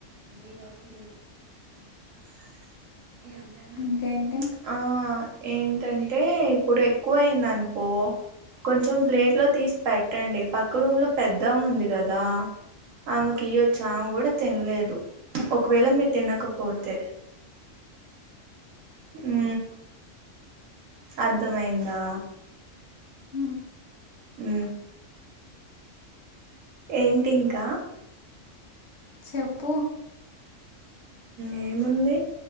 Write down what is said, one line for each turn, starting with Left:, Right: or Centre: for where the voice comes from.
Right: <unintelligible>
Left: ఇంకేంటి?
Right: ఆ ఏంటంటే ఇప్పుడు ఎక్కువ అయింది అనుకో కొంచెం
Left: హ్మ్.
Right: ప్లేట్ లో తీస్ పెట్టండి పక్క రూమ్ లో పెద్ద ఆమె ఉంది కదా ఆమెకియొచ్చు ఆమె కూడ తినలేదు ఒకవేళ మీరు తినకపోతే ఉ అర్థమైందా
Left: హ
Right: ఊ ఏంటింకా
Left: చెప్పు
Right: ఏముంది